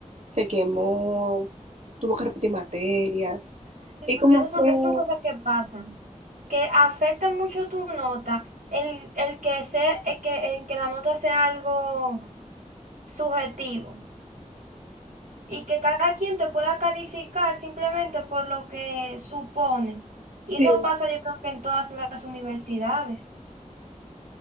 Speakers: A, on the right; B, on the right.
A: se quemó, tuvo que repetir materias,
B: Sí,
A: y
B: porque
A: como
B: esas
A: que...
B: son, esas son cosas que pasan, que afectan mucho tu nota, el, el que sea, el que, en que la nota sea algo subjetivo y que cada quien te pueda calificar simplemente por lo que supone. Y
A: Sí,
B: eso pasa yo creo que en todas las universidades.